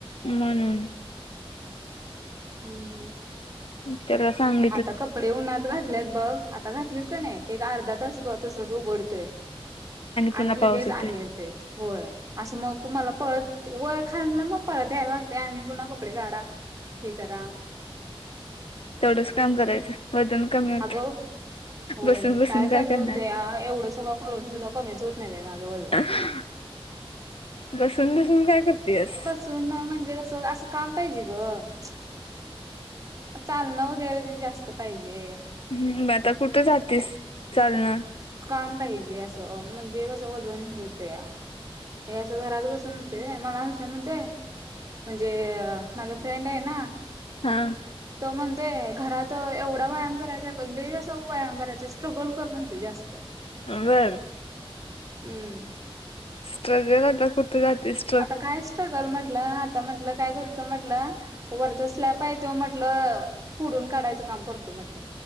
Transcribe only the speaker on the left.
म्हणून....
त्याला सांग.
पुन्हा
पाऊस येतोय
तेवढंच काम करायचं वजन कमी होतय.
बसून बसून काय
करणार
हह..... बसून बसून काय करतेयस स स....
हम् आता कुठं जातेस चालणं
हा हा हा
अ बर <unintelligible>
स्ट्रगल आता कुठे जातीस.